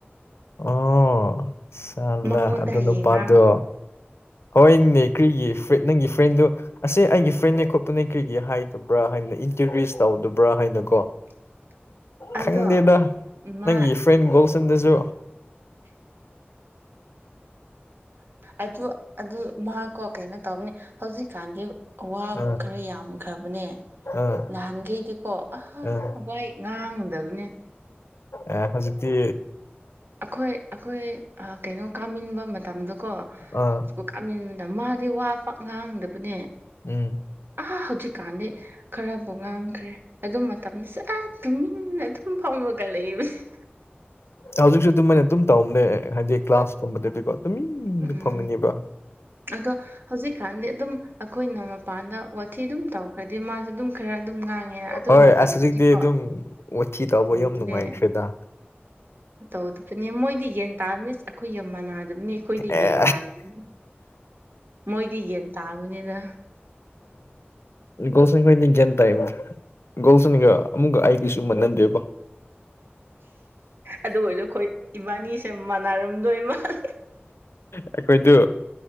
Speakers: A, on the left (about 85°); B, on the right (about 60°).
A: ꯑꯣ ꯆꯠꯂ
B: ꯃꯉꯣꯟꯗ
A: ꯑꯗꯨ
B: ꯍꯌꯦꯡ
A: ꯅꯨꯄꯥꯗꯣ
B: ꯉꯥꯡꯉꯨ
A: ꯍꯣꯏ ꯅꯦ ꯀ꯭ꯔꯤꯒꯤ ꯅꯪꯒꯤ ꯐ꯭ꯔꯦꯟꯗꯨꯣ ꯑꯁ ꯑꯩꯒꯤ ꯐ꯭ꯔꯦꯟꯅꯦ ꯈꯣꯠꯄꯅꯦ ꯀꯔꯤꯒꯤ ꯍꯥꯏꯗꯕ꯭ꯔꯥ ꯍꯥꯏꯅ ꯏꯟꯇ꯭ꯔꯗ꯭ꯌꯨꯁ ꯇꯧꯗꯕ꯭ꯔꯥ ꯍꯥꯏꯅ ꯀꯣ
B: <inaudible> ꯑꯗꯣ
A: ꯈꯪꯗꯦꯗ
B: ꯃꯥ
A: ꯅꯪꯒꯤ ꯐ꯭ꯔꯦꯟ ꯒꯣꯜꯁꯟꯗꯁꯨ
B: ꯑꯗꯨ ꯑꯗꯨ ꯃꯍꯥꯛꯀꯣ ꯀꯩꯅꯣ ꯇꯧꯅꯤ ꯍꯧꯖꯤꯛꯀꯥꯟꯗꯤ ꯑꯋꯥꯕꯨ
A: ꯑꯥ
B: ꯈꯔ ꯌꯥꯝꯈ꯭ꯔꯕꯅꯦ
A: ꯑꯥ
B: ꯅꯍꯥꯟꯈꯩꯗꯤꯀꯣ
A: ꯑꯥ
B: ꯑꯏ ꯉꯥꯡꯒꯗꯕꯅꯦ
A: ꯑ ꯍꯧꯖꯤꯛꯛꯇꯤ
B: ꯑꯩꯈꯣꯏ ꯑꯩꯈꯣꯏ ꯀꯩꯅꯣ ꯀꯥꯃꯤꯟꯕ ꯃꯇꯝꯗꯣ ꯀꯣ
A: ꯑꯥ
B: ꯏꯁꯀꯨꯜ ꯀꯥꯃꯤꯟꯅ ꯃꯥꯗꯤ ꯋꯥ ꯄꯛ ꯉꯥꯡꯗꯕꯅꯦ
A: ꯎꯝ
B: ꯑꯥ ꯍꯧꯖꯤꯛꯀꯥꯟꯗꯤ ꯈꯔꯕꯨ ꯉꯥꯡꯈ꯭ꯔꯦ ꯑꯗꯨ ꯃꯇꯝꯗꯁꯨ ꯑꯥ ꯇꯨꯃꯤꯟꯅ ꯑꯗꯨꯝ ꯐꯥꯎꯔꯒ ꯂꯩꯕꯁꯦ ꯫
A: ꯍꯧꯖꯤꯛꯁꯨ ꯑꯗꯨꯝ ꯃꯥꯏꯅ ꯑꯗꯨꯝ ꯇꯧꯕꯅꯦ ꯍꯥꯏꯗꯤ ꯀ꯭ꯂꯥꯁꯀꯨꯝꯕꯗꯗꯤꯀꯣ ꯇꯨꯃꯤꯟꯅ
B: ꯎꯝ
A: ꯐꯝꯒꯅꯦꯕ
B: ꯑꯗꯣ ꯍꯧꯖꯤꯛꯀꯥꯟꯗꯤ ꯑꯗꯨꯝ ꯑꯩꯈꯣꯏꯅ ꯃꯄꯥꯟꯗ ꯋꯥꯊꯤ ꯑꯗꯨꯝ ꯇꯧꯈ꯭ꯔꯗꯤ ꯃꯥꯁꯨꯦ ꯑꯗꯨꯝ ꯈꯔ ꯑꯗꯨꯝ ꯉꯥꯡꯉꯦ ꯑꯗꯨ
A: ꯍꯣꯏ
B: ꯃꯇꯝꯗꯗꯤꯀꯣ
A: ꯑꯁ ꯍꯧꯖꯤꯛꯇꯤ ꯑꯗꯨꯝ ꯋꯥꯊꯤ ꯇꯧꯕ
B: ꯇꯧꯗꯦ
A: ꯌꯥꯝ ꯅꯨꯡꯉꯥꯏꯈ꯭ꯔꯦꯗ
B: ꯇꯧꯗꯕꯅꯦ ꯃꯣꯏꯗꯤ ꯒꯌꯟ ꯇꯥꯕꯅꯤ ꯑꯩꯈꯣꯏꯒ ꯃꯅꯥꯗꯕꯅꯤ ꯑꯩꯈꯣꯏꯗꯤ
A: ꯑꯦ
B: ꯒꯌꯟ ꯇꯥꯗꯕꯅꯤ ꯃꯣꯏꯗꯤ ꯒꯟ ꯇꯥꯕꯅꯤꯗ꯫
A: ꯑꯁ ꯆꯦꯟ ꯇꯥꯏ ꯒꯣꯜꯁꯅꯤꯒ ꯑꯃꯨꯛꯀ ꯑꯩꯒꯤꯁꯨ ꯃꯥꯟꯍꯟꯗꯦꯕ
B: ꯑꯗꯨ ꯑꯣꯏꯔꯗꯣ ꯑꯩꯈꯣꯏ ꯏꯕꯥꯅꯤꯁꯦ ꯃꯥꯟꯅꯔꯝꯗꯣꯏ ꯃꯥꯂꯦ
A: ꯑꯩꯈꯣꯏꯗꯨ